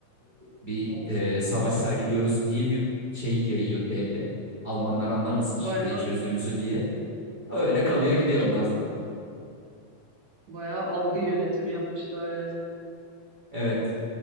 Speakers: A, on the right; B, on the right.
A: bir
B: Of.
A: e, savaş sergiliyoruz diye bir şey yayıyor devlet. Almanlar anlamasın
B: Bayağı
A: şifreyi çözdüğümüzü diye. Öyle kalıyor gidiyor
B: ya çok
A: ondan sonra.
B: iyi. bayağı algı yönetimi yapmışlar yani.
A: Evet.